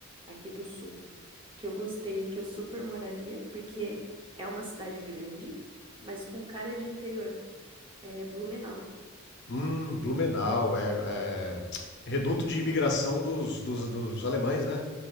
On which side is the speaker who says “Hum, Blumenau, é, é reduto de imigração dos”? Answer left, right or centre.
Left